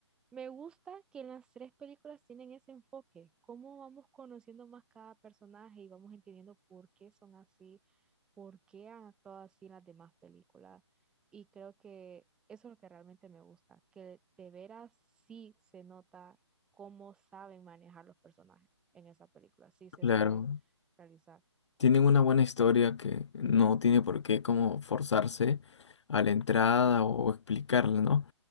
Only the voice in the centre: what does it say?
me gusta que en las tres películas tienen ese enfoque, cómo vamos conociendo más cada personaje y vamos entendiendo por qué son así, por qué han actuado así en las demás películas. Y creo que eso es lo que realmente me gusta, que de veras sí se nota cómo saben manejar los personajes en esa película, sí se
saben realizar.